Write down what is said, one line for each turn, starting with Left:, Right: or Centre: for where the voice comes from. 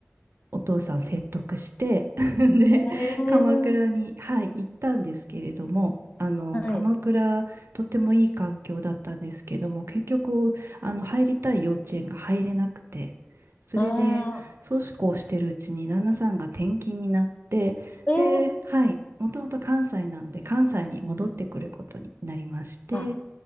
Right: お父さん説得して <laughs> で、
Left: ええ
Right: 鎌倉に、はい、行ったんですけれども、あの、
Left: はい。
Right: 鎌倉、とってもいい環境だったんですけども、結局、あの、入りたい幼稚園が入れなくて、それで、
Left: ああ、
Right: そうこうしてるうちに旦那さんが転勤になって、
Left: ええ
Right: で、はい、もともと関西なので、関西に戻ってくることになりまして、
Left: あ、